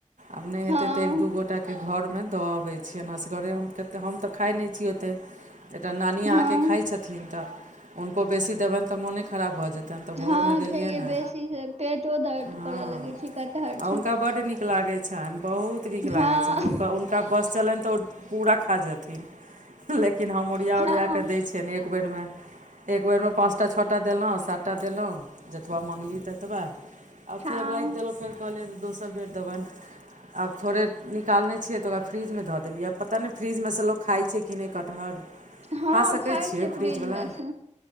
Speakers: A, on the right; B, on the right.
A: आब नहि हेतै
B: हँ
A: तऽ एक दू गोटा के घरमे द अबै छिये असगरे हम कतेक हम त खाय न छीये ओते एकटा नानी
B: हँ
A: अहाँके खाइ छथिन तऽ हुनको बेसी देबनि तऽ मोने खराब भऽ जेतनि तन तऽ भोरमे
B: हँ
A: देलियनि
B: छैहे
A: ने
B: बेसी से पेटो दर्द
A: हँ
B: करऽ लगै छै कटहर
A: आ
B: से
A: हुनका बड्ड नीक नीक लागै छनि बहुत नीक
B: हँ
A: लागै छनि ओ हुनका बस चलनि तऽ ओ पूरा खा जेथिन लेकिन हम ओरिया
B: हँ
A: ओरिया क दै छियन एक बेर में एक बेरमे पाँच टा छ टा देलहुँ सात टा देलहुँ जतबा मांगली ततबा आ
B: हँ
A: फेर राख देलहुँ फेर कहलियै जे दोसर बेर देबन आब थोड़े निकालने छियै तऽ ओकरा फ्रीजमे धऽ देलियै आ पता नहि फ्रीजमे सँ लोक खाइत छै कि नहि कटहर
B: हँ
A: खा सकै
B: खाय
A: छियै
B: छै
A: फ्रिजवला
B: फ्रिज मे से